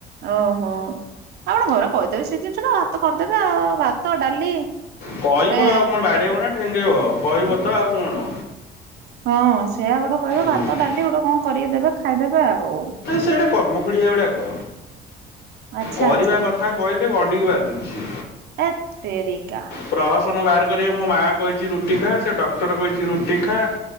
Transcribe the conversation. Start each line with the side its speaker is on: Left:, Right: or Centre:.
Right: ଓହୋ। ଆପଣ ଘରେ କହିଦେବେି ସେ ଜିନିଷଟା ଭାତ କରିଦେବେ ଭାତ ଡାଲି
Left: କହିବ
Right: ଗୋଟେ
Left: ଆଉ କଣ ବାଡେଇବ ନା ଠେଙ୍ଗେଇବ କହିବ ତ ଆଉ କଣ।
Right: ହଁ ସେୟା ଗୋଟେ କହିବେ
Left: ହୁଁ
Right: ଭାତ ଡାଲି ଗୋଟେ କଣ କରିକି ଦେବେ ଖାଇଦେବେ ଆଉ।
Left: ସେଡା କର୍ମ ଖୋଡିଆ ଗୁଡାକ।
Right: ଆଚ୍ଛା
Left: କରିବା
Right: ଆଚ୍ଛା
Left: କଥା କହିଲେ ଘଣ୍ଡିିକି ବାଧୁଛି।
Right: ହେତେରିକା।
Left: ପ୍ରହସନ ବାହାର କରିବେ ମୋ ମାଆ କହିଛି ରୁଟିଖା ସେ ଡକ୍ଟର କହିଛି ରୁଟିଖା।